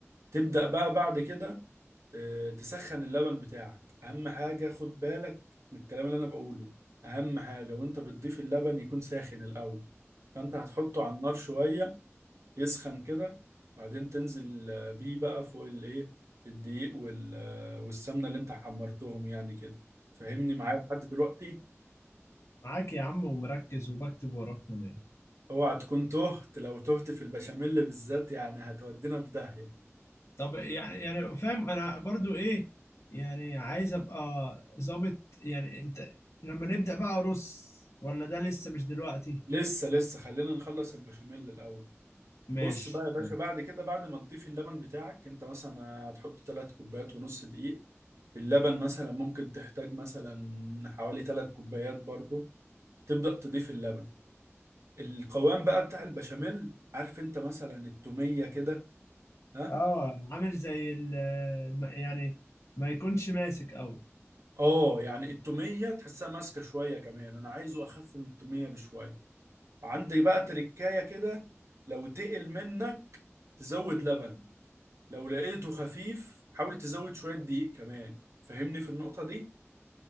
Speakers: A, on the right; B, on the left.
A: تبدأ بقى بعد كده آه، تسخن اللبن بتاعك اهم حاجة خد بالك من الكلام اللي انا بقوله اهم حاجة وانت بتضيف اللبن يكون ساخن الاول فانت هتحطه على النار شوية يسخن كده بعدين تنزل آه، بيه بقى فوق الايه الدقيق وال- آه، والسمنه اللي انت حمرتهم يعني كده فهمني معايا لحد دلوقتي
B: معاك يا عم ومركز وبكتب وراك كمان
A: اوعى تكون تهت لو تهت في البشاميل بالذات يعني هتودينا في داهيه
B: طب يعني يعني فاهم انا برضو ايه يعني عايز ابقى ظابط يعني انت لما نبدأ بقى ارص ولا ده لسه مش دلوقتي
A: لسه لسه خلينا نخلص البشاميل الاول
B: ماشي
A: بص بقى يا باشا
B: ماشي
A: بعد كده بعد ما تضيف اللبن بتاعك انت مثلا هتحط ثلاث كوبايات ونص دقيق اللبن مثلا ممكن تحتاج مثلا حوالي ثلاث كوبايات برضه تبدأ تضيف اللبن القوام بقى بتاع البشاميل عارف انت مثلا التومية كده ها
B: اه عامل زي ال الم- يعني ما يكونش ماسك قوي
A: اه يعني التومية تحسها ماسكة شوية كمان انا عايزه اخف من التومية بشوية عندي بقى تركاية كده لو تقل منك تزود لبن لو لقيته خفيف حاول تزود شوية دقيق كمان فهمني في النقطة دي